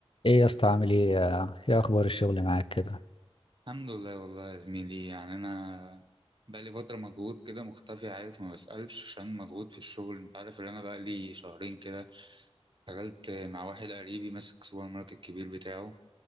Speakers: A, on the left; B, on the right.
A: ايه يا اسطى عامل ايه ايه اخبار الشغل معاك كده
B: الحمد لله والله يا زميلي يعني انا بقالي فتره مضغوط كده مختفي عارف ما بسالش عشان مضغوط في الشغل انت عارف ان انا بقالي شهرين كده اشتغلت مع واحد قريبي ماسك سوبر ماركت كبير بتاعه